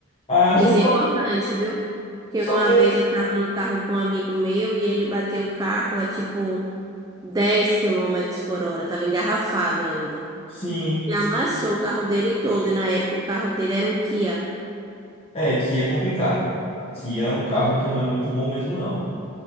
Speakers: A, on the left; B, on the right.
A: Ah,
B: Isso
A: só,
B: é importante, viu? Porque
A: só
B: uma
A: tem.
B: vez eu tava no carro com um amigo meu e ele bateu o carro a tipo 10 quilômetros por hora. Tava engarrafado ainda.
A: Sim,
B: E
A: sim.
B: amassou o carro dele todo. E na época o carro dele era um Kia.
A: É, Kia é complicado. Kia é um carro que não é muito bom mesmo, não.